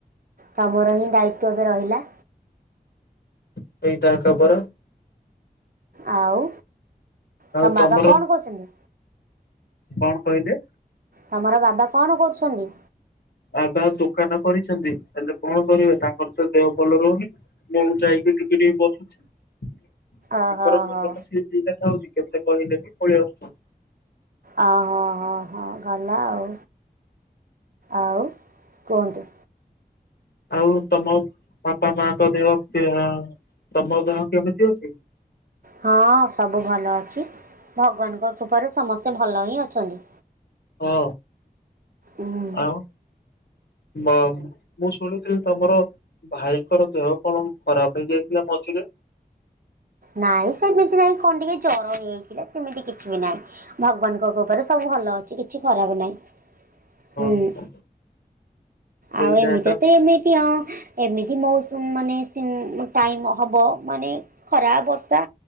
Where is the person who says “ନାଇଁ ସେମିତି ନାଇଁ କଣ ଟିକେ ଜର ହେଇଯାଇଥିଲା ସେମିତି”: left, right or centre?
Right